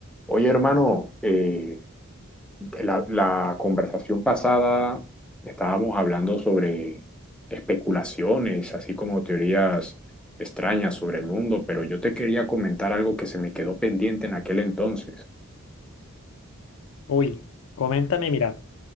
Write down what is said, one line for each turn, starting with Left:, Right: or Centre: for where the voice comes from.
Centre: Oye, hermano, eh, la, la conversación pasada estábamos hablando sobre especulaciones, así como teorías extrañas sobre el mundo, pero yo te quería comentar algo que se me quedó pendiente en aquel entonces.
Left: Uy, coméntame, mira,